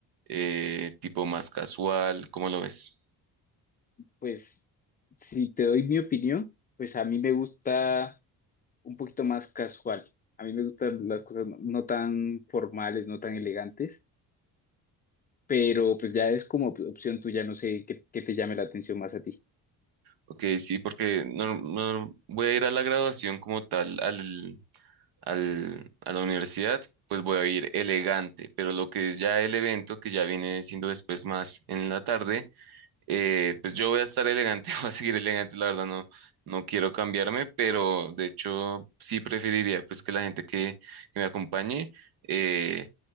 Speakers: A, on the right (about 80°); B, on the left (about 25°).
A: eh, tipo más casual, ¿cómo lo ves?
B: Pues, si te doy mi opinión, pues a mí me gusta un poquito más casual. A mí me gustan las cosas no no tan formales, no tan elegantes, pero pues ya es como op- opción tuya, no sé qué, qué te llame la atención más a ti.
A: Ok, sí, porque no, no voy a ir a la graduación como tal, al, al, a la universidad, pues voy a ir elegante, pero lo que es ya el evento, que ya viene siendo después más en la tarde, eh, pues yo voy a estar elegante, <laughs> voy a seguir elegante, la verdad no, no quiero cambiarme, pero de hecho sí preferiría pues que la gente que, que me acompañe eh,